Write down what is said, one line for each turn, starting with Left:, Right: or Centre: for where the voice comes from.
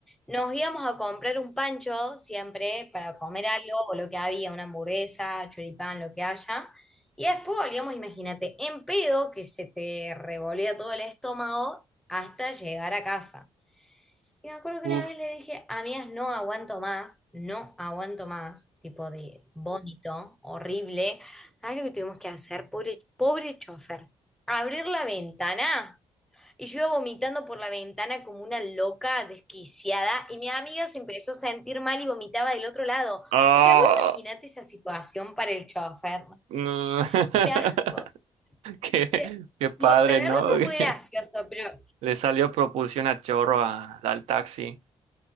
Centre: Nos íbamos a comprar un pancho siempre para comer algo o lo que había, una hamburguesa, choripán, lo que haya. Y después volvíamos, imagínate, en pedo que se te revolvía todo el estómago hasta llegar a casa. Y me acuerdo que
Right: Uf.
Centre: una vez le dije, amigas, no aguanto más, no aguanto más, tipo de vómito horrible. ¿Sabes lo que tuvimos que hacer? Pobre, pobre chofer. Abrir la ventana. Y yo iba vomitando por la ventana como una loca desquiciada. Y mi amiga se empezó a sentir mal y vomitaba del otro lado.
Right: Ah,
Centre: O sea, vos imaginate esa situación para el chofer.
Right: no. <laughs>
Centre: Un asco.
Right: Qué,
Centre: Pero,
Right: qué padre,
Centre: mo- la verdad
Right: ¿no?
Centre: fue muy gracioso,
Right: <laughs>
Centre: pero
Right: Le salió propulsión a chorro a- al taxi.